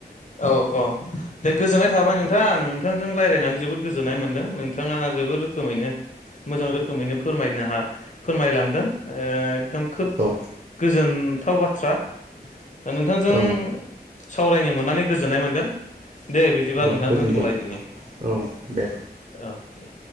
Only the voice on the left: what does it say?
औ औ दे गोजोननाय थाबाय नोंथां आं नोंथांजों रायज्लायनानै जोबोद गोजोननाय मोनदों नोंथाङा जोबोद रोखोमैनो मोजां रोखोम रोखोमैनो फोरायनो हा फोरमायलांदों ओ एकदम खोब
गोज गोजोनथाव बाथ्रा। दा नोंथांजों
सावरायनो मोननानै गोजोन्नाय मोन्दों। दे बिदिबा
नोंथां
दोनथलायदिनि
औ दे।